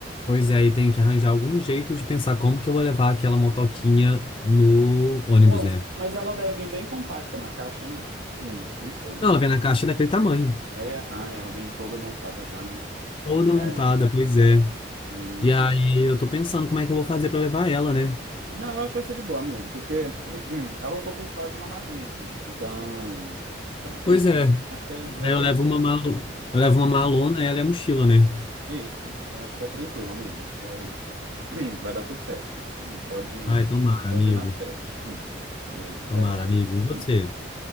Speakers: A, on the left; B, on the right.
A: Pois é, e tenho que arranjar algum jeito de pensar como que eu vou levar aquela motoquinha no ônibus,
B: Bom,
A: né?
B: mas ela deve vir bem compacta na caixa, não? Hum, não sei, né?
A: Não,
B: na-
A: ela vem na caixa daquele tamanho,
B: É, ah, ela vem toda montada já, né?
A: toda
B: É.
A: montada, pois é.
B: hum.
A: E aí eu tô pensando como é que eu vou fazer pra levar ela, né?
B: Não, eu acho que vai ser de boa, amigo, porque <clears throat> ela ocupa o espaço de uma malinha, assim. Então, então é
A: Pois
B: isso.
A: é.
B: Acho que é,
A: Aí
B: é tranquilo.
A: eu levo uma malu... eu levo uma malona, ela é a mochila, né?
B: Isso, eu acho que é tranquilo, amigo. Vai. <clears throat> Vai dar tudo certo. <clears throat> Pode,
A: Ai, tomara,
B: pode
A: amigo.
B: ir na fé, <clears throat> que
A: Tomara,
B: vai dar bom.
A: amigo. E você?
B: <clears throat>